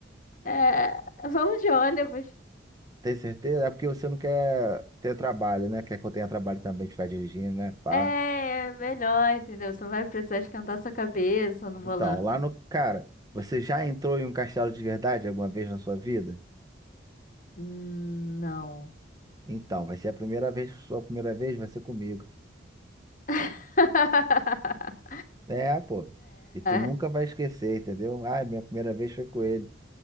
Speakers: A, on the left; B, on the right.
A: É, vamos de ônibus.
B: tem certeza. É porque você não quer ter trabalho, né? Quer que eu tenha trabalho também de ficar dirigindo, né? Pá.
A: É melhor, entendeu? Você não vai precisar esquentar sua cabeça no volante.
B: Então, lá no. Cara, você já entrou em um castelo de verdade alguma vez na sua vida?
A: Hum, não.
B: Então, vai ser a primeira vez, sua primeira vez vai ser comigo.
A: <laughs>
B: É, pô. E tu nunca
A: É,
B: vai esquecer, entendeu? Ah, minha primeira vez foi com ele.